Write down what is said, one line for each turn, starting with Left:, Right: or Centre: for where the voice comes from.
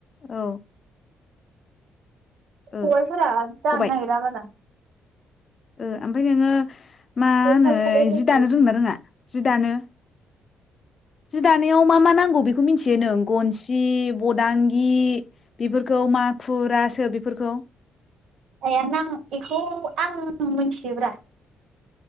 Left: औ।
Right: खबाइफोरा
Left: ओ
Right: जानो
Left: खबाइ
Right: नागेरा बारा।
Left: ओ ओमफाय नोङो मा होनो
Right: जेखाइ खबाइफोरखौ
Left: जि दानो रोङो ना रोङा, जि दानो? जि दानायाव मा मा नांगौ बेखौ मिन्थियो नों? गनसि, बदांगि बेफोरखौ माखु, रासो बेफोरखौ?
Right: आया नां एखौ आं मोनथियोब्रा।